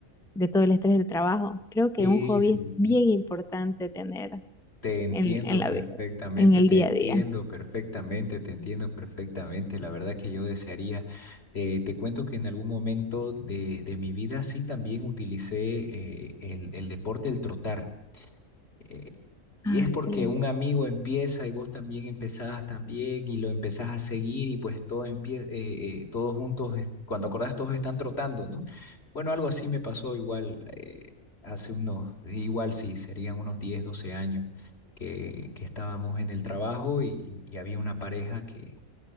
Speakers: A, in the centre; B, on the left.
A: de todo el estrés del trabajo. Creo que
B: Sí,
A: un hobby
B: sí,
A: es
B: sí.
A: bien importante tener
B: Te entiendo
A: en, en la
B: perfectamente,
A: vida, en el
B: te
A: día
B: entiendo
A: a día.
B: perfectamente, te entiendo perfectamente. La verdad que yo desearía, eh, te cuento que en algún momento de, de mi vida sí también utilicé eh, el, el deporte, el trotar. Eh, y
A: Ay,
B: es porque
A: qué lindo.
B: un amigo empieza y vos también empezás también y lo empezás a seguir y pues todo empieza, todos juntos, eh, cuando acordás todos están trotando, ¿no? Bueno, algo así me pasó igual eh, hace unos, igual sí, serían unos 10 12 años que, que estábamos en el trabajo y, y- y había una pareja que